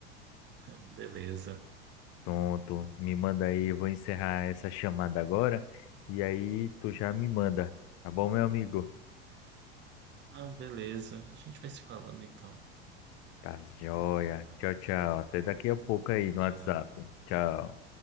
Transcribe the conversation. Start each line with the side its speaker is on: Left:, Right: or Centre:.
Right: <laughs> Beleza.
Left: Pronto, me manda aí, eu vou encerrar essa chamada agora e aí tu já me manda, tá bom, meu amigo?
Right: Ah, beleza. A gente vai se falando então.
Left: Tá joia. Tchau, tchau. Até daqui a pouco aí no
Right: Tchau.
Left: WhatsApp. Tchau.